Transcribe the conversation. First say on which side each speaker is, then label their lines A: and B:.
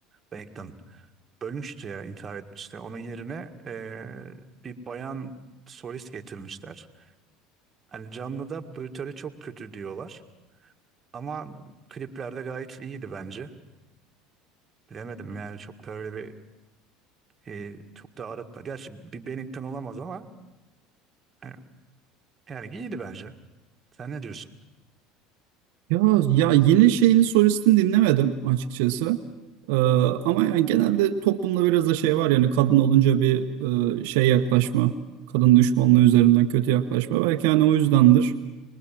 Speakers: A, on the right; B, on the right.
A: Bennington ölmüştü ya intihar etmişti. Onun yerine e, bir bayan solist getirmişler. Hani canlıda bu çok kötü diyorlar. Ama kliplerde gayet iyiydi bence. Bilemedim yani çok böyle bir e, çok da aratma. Gerçi bir Bennington olamaz ama e, yani iyiydi bence. Sen ne diyorsun?
B: Ya ya yeni şeyini solistini dinlemedim açıkçası. Ee, ama yani genelde toplumda biraz da şey var yani kadın olunca bir e, şey yaklaşma, kadın düşmanlığı üzerinden kötü yaklaşma. Belki yani o yüzdendir.